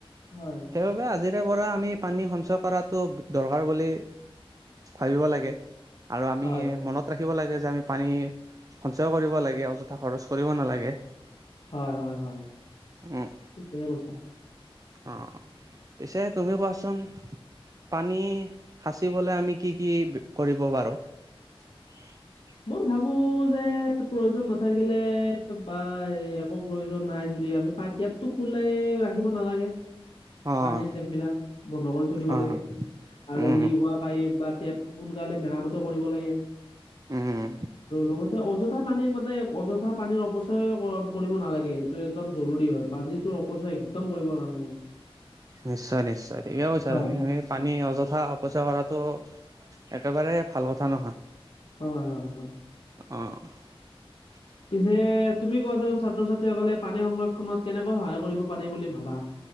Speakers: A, on the left (about 65°); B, on the right (about 35°).
A: হয়
B: সেইবাবে আজিৰে পৰা আমি পানী সঞ্চয় কৰাটো। দৰকাৰ বুলি ভাবিব লাগে আৰু আমি
A: হয়।
B: মনত। ৰাখিব লাগে যে আমি পানী সঞ্চয় কৰিব লাগে অযথা খৰচ কৰিব নালাগে। <inaudible>
A: হয়-হয়-হয়,
B: উম
A: ঠিকেই কৈছা। <unintelligible>
B: অঁ! পিছে তুমিও কোৱা চোন <inaudible> পানী সাঁচিবলৈ আমি কি কি কৰিব পাৰোঁ? <unintelligible> উ <unintelligible>
A: মই ভাবো যে প্ৰয়োজন নাথাকিলে বা হে একো প্ৰয়োজন নাই যদি আমি <inaudible> <unintelligible> টেপটো খোলাই ৰাখিব নালাগে।
B: অঁ
A: পানীৰ টেপবিলাক বন্ধ কৰি থৈ দিব
B: অঁ
A: লাগে আৰু
B: উম
A: লিক হোৱা <inaudible> পাইপ বা টেপ সোনকালে মেৰামূতিও কৰিব লাগে।
B: উম
A: লগতে অজ <unintelligible> অযথা পানীৰ মানতে অযথা পানীৰ অপচয় কৰিব নালাগে এইটো একদম জৰুৰী হয়। পানীটোৰ অপচয় <inaudible> একদম কৰিব নালাগে। <inaudible>
B: নিশ্চয়-নিশ্চয়, ঠিকে কৈছা
A: হয়।
B: তুমি। <inaudible> পানী অযথা অপচয় কৰাটো একেবাৰে ভাল কথা নহয়। <inaudible>
A: হয়-হয় <unintelligible>
B: অঁ! <unintelligible> <unintelligible>
A: পিছে তুমি কোৱা চোন ছাত্ৰ-ছাত্ৰীসকলে পানী সংৰক্ষনত কেনেকৈ সহায় কৰিব পাৰি বুলি ভাবা? <inaudible>